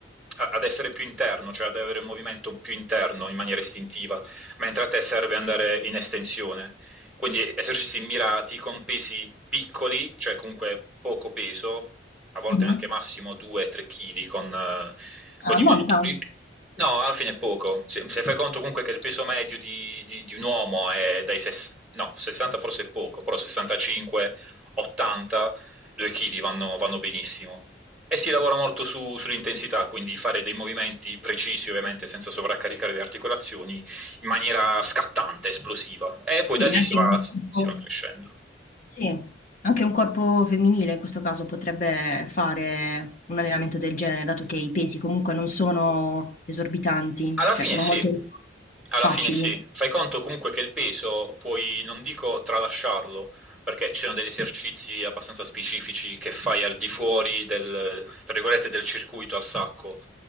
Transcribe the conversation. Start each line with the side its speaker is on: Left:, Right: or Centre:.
Centre: a- ad essere più interno, cioè ad avere un movimento più interno in maniera istintiva, mentre a te serve andare in estensione. Quindi esercizi mirati con pesi piccoli, cioè comunque poco peso, a volte
Left: Mh-mh.
Centre: anche massimo 2-3 kg con, eh, con
Left: Ah,
Centre: i manubri.
Left: non tan
Centre: No, alla fine è poco. Se, se fai conto comunque che il peso medio di, di- di un uomo è dai ses- no, 60 forse è poco, però 65, 80, 2 kg vanno, vanno benissimo. E si lavora molto su- sull'intensità, quindi fare dei movimenti precisi, ovviamente, senza sovraccaricare le articolazioni, in maniera scattante, esplosiva. E poi
Left: quindi
Centre: da lì
Left: anche
Centre: si va,
Left: un
Centre: si
Left: po'
Centre: va crescendo.
Left: Sì, anche un corpo femminile in questo caso potrebbe fare un allenamento del genere, dato che i pesi comunque non sono esorbitanti,
Centre: Alla
Left: cioè
Centre: fine
Left: sono
Centre: sì,
Left: molto
Centre: Alla
Left: facili.
Centre: fine sì, fai conto comunque che il peso puoi, non dico tralasciarlo, perché ci sono degli esercizi abbastanza specifici che fai al di fuori del, tra virgolette, del circuito al sacco,